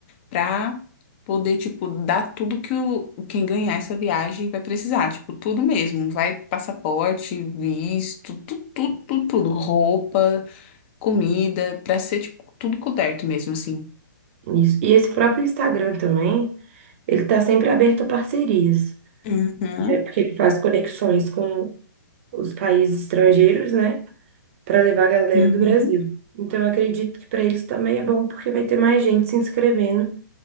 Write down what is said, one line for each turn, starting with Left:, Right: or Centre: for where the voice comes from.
Left: Pra poder, tipo, dar tudo que o, quem ganhar essa viagem vai precisar. Tipo, tudo mesmo. Vai passaporte, visto, tudo, tudo, tudo, tudo. Roupa, comida, pra ser, tipo, tudo coberto mesmo, assim.
Right: isso. E esse próprio Instagram também, ele está sempre aberto a parcerias.
Left: Uhum.
Right: E É porque ele faz conexões com os países estrangeiros, né? Para levar a galera
Left: Uhum,
Right: do Brasil. Então, eu acredito que para eles também é bom, porque vai ter mais gente se inscrevendo